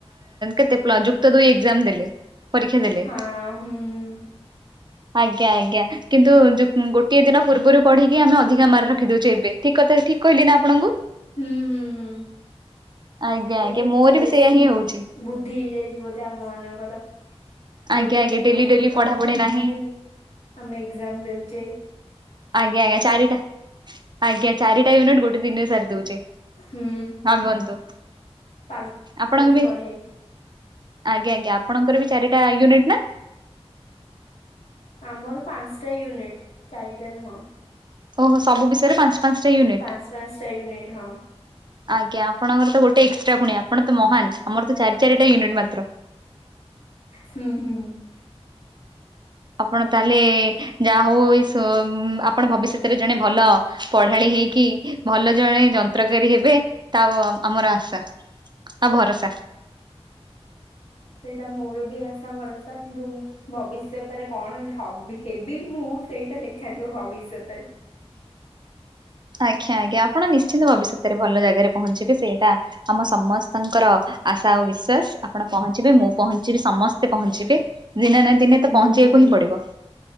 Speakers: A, on the right (about 45°); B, on the left (about 75°).
A: କେତେ ପ୍ଲ ଯୁକ୍ତ ଦୁଇ ଏକ୍ସାମ ଦେଲେ ପରୀକ୍ଷା ଦେଲେ।
B: ହଁ ହୁଁ
A: ଆଜ୍ଞା ଆଜ୍ଞା କିନ୍ତୁ ଯୁ ଗୋଟିଏ ଦିନ ପୂର୍ବରୁ ପଢିକି ଆମେ ଅଧିକା ମାର୍କ ରଖି ଦେଉଛୁ ଏବେ ଠିକ କଥା ଠିକ କହିଲି ନା ଆପଣଙ୍କୁ
B: ହୁଁ ହୁଁ ହୁଁ।
A: ଆଜ୍ଞା
B: ଏବେ
A: ଆଜ୍ଞା
B: ଟିକେ
A: ମୋର
B: ବେଶୀ
A: ବି ସେଇଆ ହିଁ ହଉଛି।
B: ବୁଦ୍ଧି ହେଇଯାଇଛି ବୋଧେ ଆମ ମାନଙ୍କର
A: ଆଜ୍ଞା
B: ଗୋଟେ
A: ଆଜ୍ଞା
B: ଦିନ
A: ଡେଲି
B: ପୂର୍ବରୁ
A: ଡେଲି ପଢାପଢି
B: ପାଠ ପଢିକି
A: ନାହିଁ।
B: ବି ଆମେ ଏକ୍ଜାମ ଦଉଚେ।
A: ଆଜ୍ଞା ଆଜ୍ଞା ଚାରିଟା ଆଜ୍ଞା ଚାରିଟା ୟୁନିଟ ଗୋଟେ ଦିନ ସାରି ଦଉଚେ।
B: ହୁଁ।
A: ହନ୍ତୁ
B: ପାଗ
A: ଆପଣଙ୍କୁ
B: ହେଇକି
A: ବି
B: ବଢିଆ
A: ଆଜ୍ଞା ଆଜ୍ଞା ଆପଣଙ୍କର ବି ଚାରିଟା ୟୁନିଟ୍ ନା?
B: ଆମର ପାଞ୍ଚଟା ୟୁନିଟ ଚାରିଟା ନୁହଁ।
A: ଓହୋ ସବୁ ବିଷୟରେ ପାଞ୍ଚ ପାଞ୍ଚଟା ୟୁନିଟ୍।
B: ପାଞ୍ଚ ପାଞ୍ଚଟା ୟୁନିଟ୍ ହଁ।
A: ଆଜ୍ଞା ଆପଣଙ୍କର ତ ଗୋଟେ ଏକ୍ସଟ୍ରା ପୁଣି ଆପଣ ତ ମହାନ ଆମର ତ ଚାରି ଚାରିଟା ୟୁନିଟ୍ ମାତ୍ର।
B: ହୁଁ ହୁଁ।
A: ଆପଣ ତାହେଲେ ଯାହା ହଉ ଏ ସୋ ଆପଣ ଭବିଷ୍ୟତରେ ଜଣେ ଭଲ ପଢାଳି ହେଇକି ଭଲ ଜଣେ ଯନ୍ତ୍ରକାରୀ ହେବେ ତା ଆମର ଆଶା। ଆଉ ଭରସା
B: ସେଇଟା ମୋର ବି ଆସା ଭରସା କିନ୍ତୁ ଭବିଷ୍ୟତରେ କଣ ହବି ହେବି ମୁଁ ସେଇଟା ଦେଖାଯିବ ଭବିଷ୍ୟତରେ।
A: ଆଜ୍ଞା ଆଜ୍ଞା ଆପଣ ନିଶ୍ଚିନ୍ତ ଭବିଷ୍ୟତରେ ଭଲ ଜାଗାରେ ପହଞ୍ଚିବେ ସେଇଟା ଆମ ସମସ୍ତଙ୍କର ଆଶା ଓ ବିଶ୍ଵାସ ଆପଣ ପହଞ୍ଚିବେ ମୁଁ ପହଞ୍ଚିବି ସମସ୍ତେ ପହଞ୍ଚିବେ ଦିନେ ନା ଦିନେ
B: ହୁଁ।
A: ତ ପହଞ୍ଚିବାକୁ ହିଁ ପଡିବ।